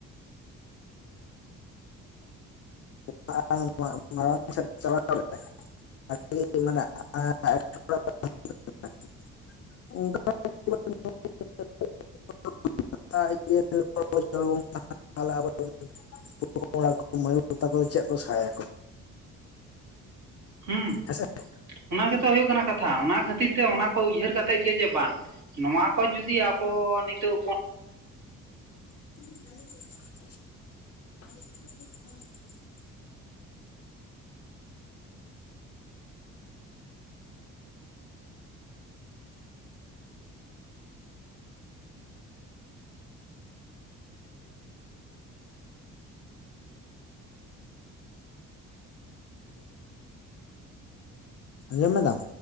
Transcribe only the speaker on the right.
ᱦᱩᱸ,
ᱚᱱᱟ ᱜᱮᱛᱚ ᱦᱩᱭᱩᱜ ᱠᱟᱱᱟ ᱠᱟᱛᱷᱟ ᱚᱱᱟ ᱠᱷᱟᱹᱛᱤᱨ ᱛᱮ ᱚᱱᱟ᱾ ᱠᱚ ᱩᱭᱦᱟᱹᱨ ᱠᱟᱛᱮ ᱜᱮ ᱡᱮ ᱵᱟᱝ, ᱱᱚᱣᱟ ᱠᱚ ᱡᱩᱫᱤ ᱟᱵᱚ ᱱᱤᱛᱚᱜ ᱵᱚᱱ